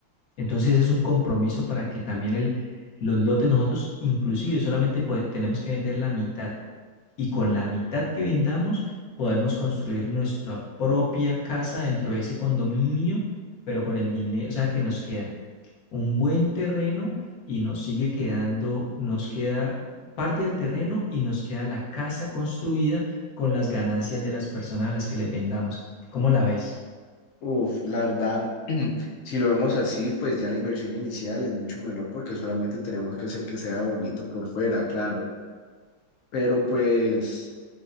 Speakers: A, on the left; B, on the left.
A: Entonces es un compromiso para que también el, los lotes nosotros inclusive solamente pode- tenemos que vender la mitad y con la mitad que vendamos podemos construir nuestra propia casa dentro de ese condominio, pero con el dinero, o sea, que nos queda un buen terreno y nos sigue quedando, nos
B: mm.
A: queda parte del terreno y nos queda la casa construida con las ganancias de las personas a las que les vendamos. ¿Cómo la ves?
B: Uf, la verdad, <clears throat> si lo vemos así, pues ya la inversión inicial es mucho menor porque solamente tenemos que hacer que sea bonito por fuera, claro. Pero pues